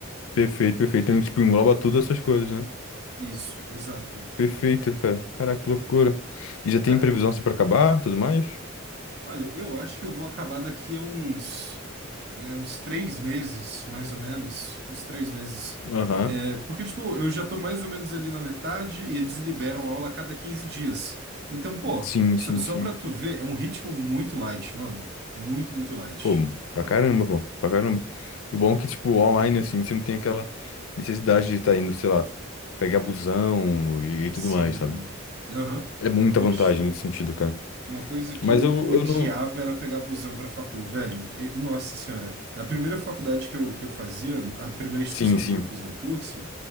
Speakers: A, on the left (about 80°); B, on the right (about 55°).
A: Perfeito, perfeito. Então, tipo, engloba tudo essas coisas, né?
B: Isso, exato.
A: Perfeito, cara. Caraca, que loucura. E já tem
B: Cara,
A: previsão assim pra acabar, tudo mais?
B: olha, eu acho que eu vou acabar daqui a uns, é, uns três meses, mais ou menos, uns três meses.
A: Aham.
B: Porque, tipo, eu já tô mais ou menos ali na metade e eles liberam aula a cada 15 dias. Então, pô,
A: Sim,
B: só,
A: sim,
B: só
A: sim.
B: pra tu ver, é um ritmo muito light, mano. Muito, muito light.
A: Pô, pra caramba, pô. Pra caramba. E o bom é que, tipo, online, assim, você não tem aquela necessidade de estar indo, sei lá, pegar busão e, e tudo
B: Sim.
A: mais, sabe?
B: Aham.
A: É muita
B: Bicho.
A: vantagem nesse sentido, cara.
B: Uma coisa que
A: Mas
B: eu
A: eu,
B: odiava
A: eu não.
B: era pegar busão pra facul, velho. E- Nossa senhora, a primeira faculdade que eu, que eu fazia, a primeira instituição
A: Sim, sim.
B: onde eu fiz meu curso,